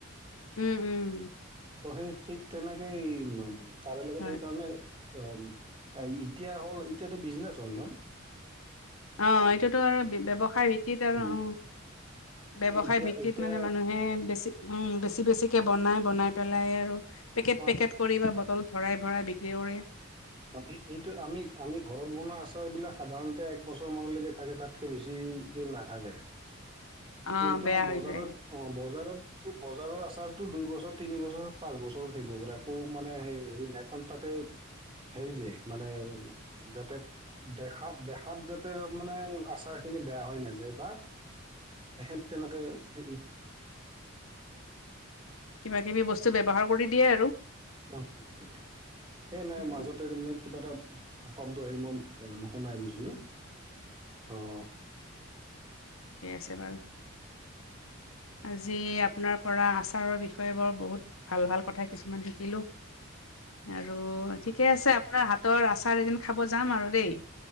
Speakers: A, on the left; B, on the right.
A: উম উম
B: ত সেই ঠিক তেনেকে ই তাৰে লগত
A: হয়।
B: সেইকাৰণে অ এতিয়া হ'ল এতিয়াতো বিজনেচ হ'ল নহয়
A: অ এইটোতো আৰু ব্যৱসায় ব্যৱসায় ভিত্তিত আৰু
B: উম
A: অ ব্যৱসায়
B: এতিয়া
A: ভিত্তিত
B: এতিয়া
A: মানে মানুহে বেছি উম বেছি বেছিকে বনাই বনাই পেলাই আৰু পেকেট
B: হয়
A: পেকেট কৰি বা বটল ভৰাই ভৰাই বিক্ৰী কৰি
B: অ এইটো আমি আমি ঘৰত বনোৱা আছ বিলাক সাধাৰণতে এক বছৰ মানলৈকে থাকে তাতকে বেছি কে নাথাকে
A: অ',
B: কিন্তু
A: বেয়া
B: বজাৰত
A: হৈ যায়।
B: অ বজাৰত তো বজাৰৰ আচাৰতো দুই বছৰ তিনি বছৰ পাঁচ বছৰ থাকিব পাৰে একৌ মানে হেৰি নাই কাৰণ তাত হেৰি দিয়ে মানে যাতে দেখাত দেখাত যাতে ত মানে আচাৰ খিনি বেয়া হৈ নাযায় বা খেত তেনেকৈ
A: কিবা কিবি বস্তু ব্যৱহাৰ কৰি দিয়ে আৰু
B: অ দিয়ে দিয়ে এই নাই
A: উম
B: মাজতে
A: উম
B: তাৰমানে কিবা এটা শব্দ আহি মই সোনাই গৈছিলো
A: উম।
B: আহ
A: কছে ব আজি আপোনাৰ পৰা আচাৰৰ বিষয়ে বৰ বহুত ভাল ভাল কথা কিছুমান শিকিলো আৰু ঠিকে আছে আপোনাৰ হাতৰ আচাৰ এদিন খাব যাম আৰু দেই